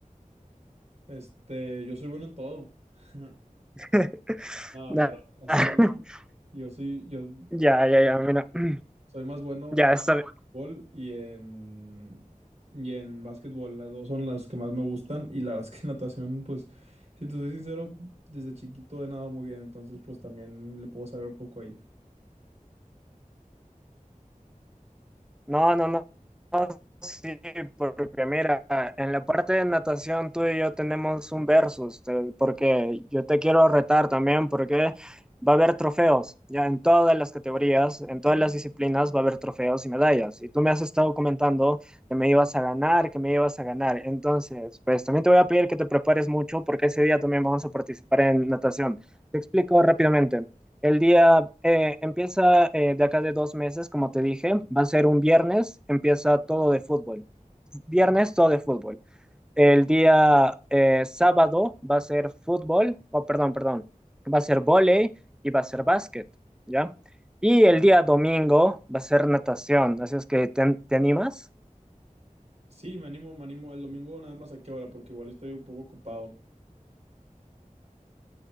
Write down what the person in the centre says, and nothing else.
<laughs>
Ya,
<laughs>
ya, ya, ya, mira, <clears throat>
ya, está,
No, no, no. no, Sí, porque mira, en la parte de natación tú y yo tenemos un versus, te- porque yo te quiero retar también, porque va a haber trofeos, ya en todas las categorías, en todas las disciplinas va a haber trofeos y medallas. Y tú me has estado comentando que me ibas a ganar, que me ibas a ganar. Entonces, pues también te voy a pedir que te prepares mucho, porque ese día también vamos a participar en natación. Te explico rápidamente. El día eh, empieza eh, de acá de dos meses, como te dije, va a ser un viernes, empieza todo de fútbol. Viernes todo de fútbol. El día eh, sábado va a ser fútbol, oh, perdón, perdón, va a ser vóley y va a ser básquet, ¿ya? Y el día domingo va a ser natación, así es que te, te animas.